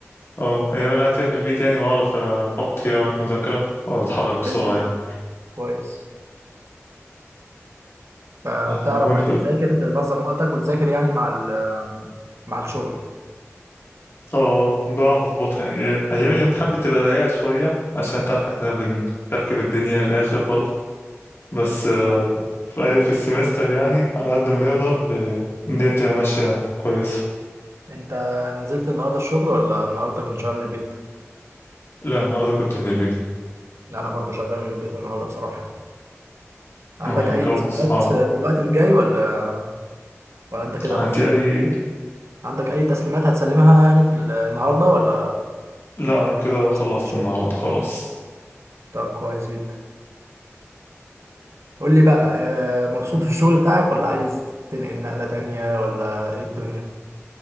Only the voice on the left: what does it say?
اه ايام اللي قاعد فيها في البيت يعني بعرف احط فيها وقت مذاكرة او اتحرك بسرعة
يعني
آه، وانت
م?
اه آه، بعرف اظبطها يعني ايام الامتحان بتبقى ضيقة شوية عشان انت عارف احنا بنكركب الدنيا الاخر برضه بس آه،
في في السمستر يعني على قد ما نقدر ب- الدنيا تبقى ماشية كويسة
لا النهاردة كنت من البيت
هو الجو
صعب
عندي
اي ايه
لا انا كده خلصت
النهارده خلاص
مم.